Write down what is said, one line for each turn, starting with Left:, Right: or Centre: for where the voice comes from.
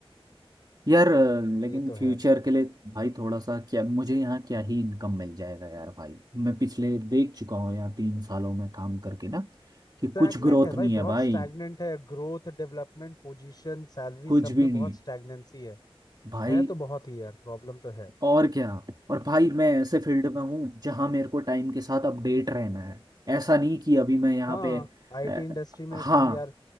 Right: यार अ, लेकिन
Left: ये तो
Right: फ्यूचर
Left: है
Right: के लिए भाई थोड़ा सा क्या मुझे यहाँ क्या ही इनकम मिल जाएगा यार भाई मैं पिछले देख चुका हूँ यहाँ तीन सालों में काम करके ना कि
Left: स्टैग्नेंट
Right: कुछ ग्रोथ
Left: है
Right: नहीं
Left: भाई
Right: है
Left: बहुत
Right: भाई
Left: स्टैग्नेंट है ग्रोथ डेवलपमेंट पोजीशन सैलरी
Right: कुछ
Left: सब
Right: भी
Left: में
Right: नहीं
Left: बहुत स्टैग्नेंसी है
Right: भाई
Left: है तो बहुत ही यार प्रॉब्लम तो है
Right: और क्या और भाई मैं ऐसे फील्ड में हूँ जहाँ मेरे को टाइम के साथ अपडेट रहना है ऐसा नहीं कि अभी मैं यहाँ
Left: हाँ
Right: पे
Left: आईटी
Right: अ,
Left: इंडस्ट्री में
Right: हाँ
Left: तुम यार